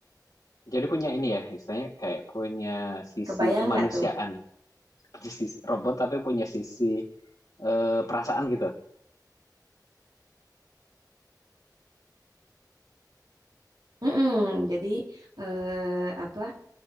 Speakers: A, on the left (about 55°); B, on the right (about 70°).
A: Jadi punya ini ya, istilahnya kayak punya sisi
B: Kebayang
A: kemanusiaan.
B: nggak tuh?
A: punya sisi robot tapi punya sisi eh, perasaan gitu.
B: Mm-mm. Jadi eh, apa